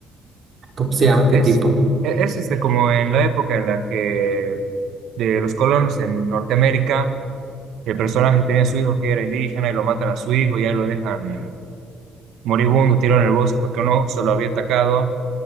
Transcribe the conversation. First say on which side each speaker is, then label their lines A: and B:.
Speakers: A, on the right; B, on the right.
A: ¿Cómo se llama este
B: Es,
A: tipo?
B: e- es este, como en la época en la que de los colonos en Norteamérica, el personaje tenía a su hijo que era indígena y lo matan a su hijo y ahí lo dejan moribundo, tirado en el bosque porque uno se lo había atacado.